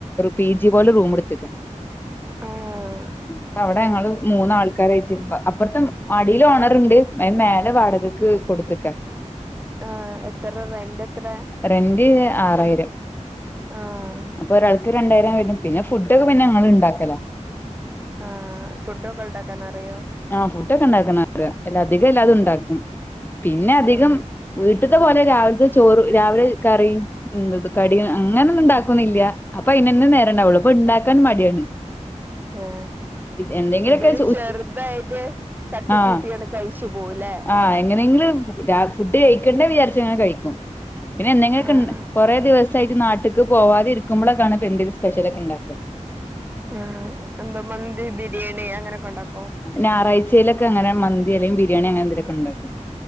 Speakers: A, on the left (about 15°); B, on the right (about 15°).
A: പി ജി പോലെ റൂം എടുത്ത്ക്ക
B: ആഹ്
A: അപ്പ അവിടെ അങ്ങള് മൂന്നാൾക്കാരയിട്ട്പ്പ അപ്പ്റത്തെ അടീല് ഓണറ്ണ്ട് മേലെ വാടകക്ക് കൊടുത്ത്ക്ക
B: ആഹ് എത്ര റെന്റ് എത്ര
A: റെന്റ് ആറായിരം
B: ആഹ്
A: അപ്പ ഒരാൾക്ക് രണ്ടായിരം വരും പിന്ന ഫുഡൊക്കെ പിന്നങ്ങള് ഇണ്ടാക്കല
B: ആഹ് ഫുഡൊക്കെ ഇണ്ടാക്കാൻ അറിയോ
A: ആഹ് ഫുഡൊക്കെ ഇണ്ടാക്കണ അറിയാം അധികം എല്ലാതും ഇണ്ടാക്കും പിന്ന അധികം
B: ആഹ്
A: വീട്ട്ത്തെ പോലെ രാവിലത്തെ ചോറും രാവിലെ കറി കടി അങ്ങനെ ഒന്നും ഇണ്ടാക്കൊന്നില്ല അപ്പ അയിനന്ന നേരണ്ടാവുള്ളൂ അപ്പ ഇണ്ടാക്കാനും മടിയാണ്
B: ആഹ്
A: എന്തെങ്കിലുമൊക്കെ
B: എന്തായാലും ചെറുതായിട്ട്
A: ഉച്ച
B: തട്ടിക്കൂട്ടി
A: ആഹ്
B: എടു കഴിച്ചു പോവുലേ
A: ആഹ് എങ്ങനെങ്കിലും ഫുഡ് കയിക്കണ്ടേ വിചാ ച കയിക്കും പിന്നെ എന്തങ്കിലും ഒക്കെ
B: ആഹ്
A: ഇ കുറേ ദിവസ സായിട്ട് നാട്ട്ക്ക് പോവാതി ഇരിക്കുമ്പോളക്കാണ് ഇപ്പ എന്റെ സ്പെഷ്യലൊക്കെ ഇണ്ടാക്കുക
B: ആഹ് എന്താ മന്തി, ബിരിയാണി അങ്ങനെയൊക്കെ ഉണ്ടാക്കോ
A: ഞായറഴ്ചയിലൊക്കെ അങ്ങനെ മന്തി അല്ലങ്കി ബിരിയാണി അങ്ങനെന്തലൊക്കെ ഉണ്ടാക്കും